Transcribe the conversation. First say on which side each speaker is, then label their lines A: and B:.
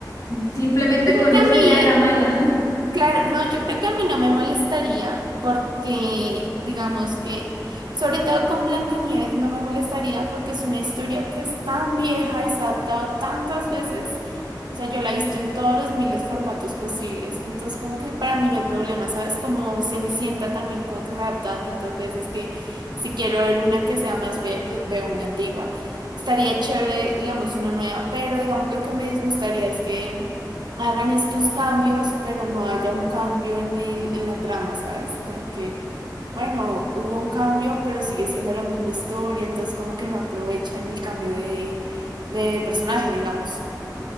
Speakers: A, on the left; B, on the right.
A: simplemente
B: Yo creo
A: con
B: que
A: eso
B: a mí
A: ya era mala. <laughs>
B: Claro, no, yo creo que a mí no me molestaría porque, digamos que, sobre todo con Blancanieves no me molestaría porque es una historia que es tan vieja y se ha adaptado tantas veces. O sea, yo la he visto en todos los miles de formatos posibles. Entonces, como que para mí no hay problema, ¿sabes? Como Cenicienta también, como que se ha adaptado tantas veces que si quiero ver una que sea más fiel, pues veo una antigua. Estaría chévere, digamos, una nueva, pero digamos lo que me disgustaría es que hagan estos cambios, pero no haya un cambio en el, en la trama, ¿sabes? Como que, bueno, hubo un cambio, pero sigue siendo la misma historia, entonces como que no aprovechan el cambio de, de personaje, digamos.